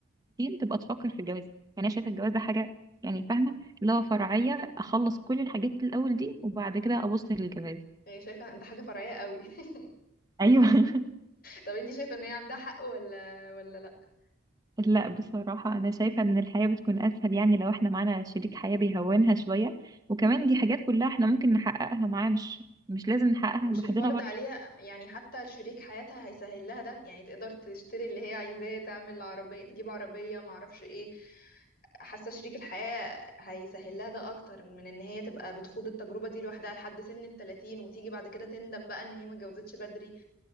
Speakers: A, on the right; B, on the left.
A: تبقى تفكر في الجواز يعني أنا شايفة الجواز ده حاجة يعني فاهمة اللي هو فرعية أخلص كل الحاجات الأول دي وبعد كده أبص للجواز
B: هي شايفه إن ده حاجه فرعيه قوي <laughs>
A: أيوه <laughs>
B: طب انتي شايفه ان هي عندها حق ولا ولا لا
A: لا بصراحة أنا شايفة إن الحياة بتكون أسهل يعني لو إحنا معانا شريك حياة بيهونها شوية وكمان دي حاجات كلها إحنا ممكن نحققها معاه مش مش لازم نحققها
B: ومش
A: لوحدنا
B: الفرض عليها يعني حتى شريك حياتها هيسهل لها ده يعني تقدر تشتري اللي هي عايزاه تعمل عربية تجيب عربية معرفش ايه حاسة شريك الحياة هيسهل لها ده اكتر من ان هي تبقى بتخوض التجربة دي لوحدها لحد سن التلاتين وتيجي بعد كده تندم بقى ان هي ما اتجوزتش بدري